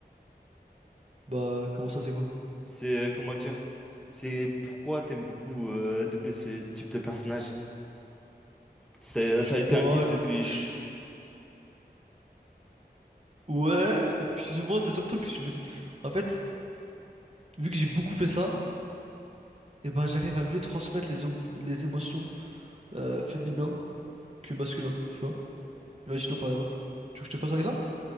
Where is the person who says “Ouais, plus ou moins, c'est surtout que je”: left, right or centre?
Right